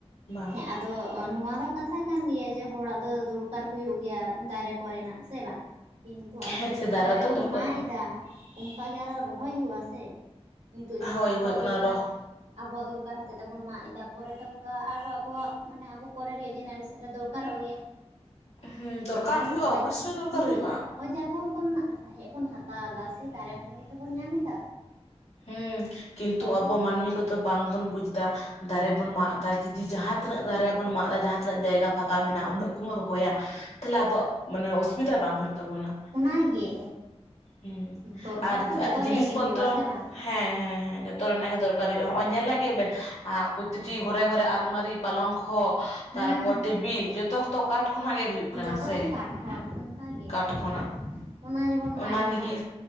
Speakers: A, on the left; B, on the right.
A: ᱵᱟᱝ
B: ᱦᱮᱸ <unintelligible> ᱛᱚ ᱱᱚᱣᱟ ᱫᱚ ᱠᱟᱛᱷᱟ ᱠᱟᱱ ᱜᱮᱭᱟ ᱡᱮ ᱦᱚᱲᱟᱜ ᱫᱚ ᱫᱚᱨᱠᱟᱨ ᱦᱩᱭᱩᱜ ᱜᱮᱭᱟ ᱫᱟᱨᱮ ᱠᱚᱨᱮᱱᱟᱜ ᱥᱮ ᱵᱟᱝ᱾ ᱠᱤᱱᱛᱩ ᱟᱵᱚ
A: ᱦᱮᱸ
B: ᱡᱮ
A: ᱥᱮ
B: ᱫᱚᱨᱠᱟᱨ
A: ᱫᱟᱨᱟ
B: ᱨᱮᱵᱚᱱ
A: ᱛᱚ ᱫᱚᱨᱠᱟᱨᱚᱜᱼᱟ
B: ᱢᱟᱜ ᱮᱫᱟ ᱚᱱᱠᱟ ᱜᱮ ᱟᱨᱚ ᱨᱚᱦᱚᱭ ᱦᱩᱭᱩᱜᱼᱟ ᱥᱮ᱾ ᱱᱤᱛᱩᱜ ᱡᱮᱢᱚᱱ
A: ᱦᱳᱭ
B: ᱟᱵᱚᱣᱟᱜ
A: ᱦᱳᱭ ᱚᱱᱟ
B: ᱫᱚᱨᱠᱟᱨ᱾
A: ᱨᱚᱦ
B: ᱟᱵᱚᱣᱟᱜ ᱫᱚᱨᱠᱟᱨ ᱦᱚᱛᱮ ᱛᱮ ᱵᱚᱱ ᱢᱟᱜ ᱮᱫᱟ ᱯᱚᱨᱮᱛᱮ ᱚᱱᱠᱟ ᱟᱨᱚ ᱟᱵᱚᱣᱟᱜ ᱢᱟᱱᱮ ᱟᱵᱚ ᱯᱚᱨᱮ ᱨᱮᱭᱟᱜ ᱡᱮᱱᱟᱨᱮᱥᱚᱱ ᱨᱮ ᱫᱚᱨᱠᱟᱨᱚᱜ ᱜᱮᱭᱟ᱾
A: <inaudible> ᱫᱚᱨᱠᱟᱨ
B: ᱟᱨ
A: ᱦᱩᱭᱩᱜᱼᱟ
B: ᱦᱚᱸᱜᱼᱚᱭ
A: ᱚᱵᱚᱥᱥᱳᱭ ᱫᱚᱨᱠᱟᱨ
B: ᱦᱩᱸ
A: ᱦᱩᱭᱩᱜᱼᱟ
B: ᱟᱨ ᱦᱚᱸᱜᱼᱚᱭ ᱡᱮ ᱟᱵᱚ ᱛᱚ ᱵᱚᱱ ᱥᱟᱦᱮᱸᱫ ᱵᱚᱱ ᱦᱟᱛᱟᱣ ᱫᱟ ᱥᱮ ᱫᱟᱨᱮ ᱠᱷᱚᱱ ᱜᱮᱛᱚ ᱵᱚᱱ ᱧᱟᱢ ᱮᱫᱟ᱾
A: ᱦᱩᱸ ᱠᱤᱱᱛᱩ
B: ᱛᱟᱦᱚᱞᱮ
A: ᱟᱵᱚ ᱢᱟᱹᱱᱢᱤ ᱠᱚᱫᱚ ᱵᱟᱝ ᱵᱚᱱ ᱵᱩᱡ ᱫᱟ ᱫᱟᱨᱮ ᱵᱚᱱ ᱢᱟᱜ ᱮᱫᱟ ᱡᱩᱫᱤ ᱡᱟᱦᱟᱸ ᱛᱤᱱᱟᱹᱜ ᱫᱟᱨᱮ ᱵᱚᱱ ᱢᱟᱜ ᱫᱟ ᱡᱟᱦᱟᱸ ᱛᱤᱱᱟᱹᱜ ᱡᱟᱭᱜᱟ ᱯᱷᱟᱸᱠᱟ ᱢᱮᱱᱟᱜᱼᱟ ᱩᱱᱟᱹᱜ ᱵᱚᱱ ᱨᱚᱦᱚᱭᱟ ᱛᱟᱦᱞᱮ ᱟᱵᱚᱣᱟᱜ ᱢᱟᱱᱮ ᱚᱥᱩᱵᱤᱫᱷᱟ ᱵᱟᱝ ᱦᱩᱭᱩᱜ ᱛᱟᱵᱚᱱᱟ᱾
B: ᱚᱱᱟᱜᱮ
A: ᱦᱩᱸ
B: ᱫᱚᱨᱠᱟᱨ
A: ᱟᱨ
B: ᱛᱚ ᱡᱚᱛᱚ
A: ᱟᱨ ᱡᱤᱱᱤᱥ
B: ᱨᱮᱭᱟᱜ ᱜᱮ
A: ᱯᱚᱛᱨᱚ
B: ᱦᱩᱭᱩᱜᱼᱟ ᱥᱮ ᱵᱟᱝ?
A: ᱦᱮᱸ ᱦᱮᱸ ᱦᱮᱸ, ᱡᱷᱚᱛᱚ ᱨᱮᱱᱟᱜ ᱜᱮ ᱫᱚᱨᱠᱟᱨ ᱦᱩᱭᱩᱜᱼᱟ, ᱱᱚᱜ ᱚᱭ ᱧᱮᱞ ᱞᱮᱜ ᱜᱮᱭᱟ ᱵᱮᱱ ᱯᱨᱚᱛᱤᱴᱤ ᱜᱷᱚᱨᱮ ᱜᱷᱚᱨᱮ ᱟᱞᱢᱟᱨᱤ ᱯᱟᱞᱚᱝ ᱠᱷᱚ
B: ᱦᱩᱸ
A: ᱛᱟᱨᱯᱚᱨ ᱴᱮᱵᱤᱞ ᱡᱚᱛᱚ ᱛᱚ ᱠᱟᱴ ᱠᱷᱚᱱᱟᱜ ᱜᱮ ᱦᱩᱭᱩᱜ
B: ᱡᱚᱛᱚ
A: ᱠᱟᱱᱟ ᱥᱮ,
B: ᱜᱮ ᱠᱟᱴ ᱠᱷᱚᱱ ᱚᱱᱠᱟ ᱜᱮ
A: ᱠᱟᱴ
B: ᱟᱫᱚ
A: ᱠᱷᱚᱱᱟᱜ
B: ᱚᱱᱟ ᱚᱱᱟ ᱡᱮᱵᱚᱱ
A: ᱚᱱᱟ
B: ᱢᱟᱜ ᱮᱫᱟ
A: ᱱᱤᱭᱮ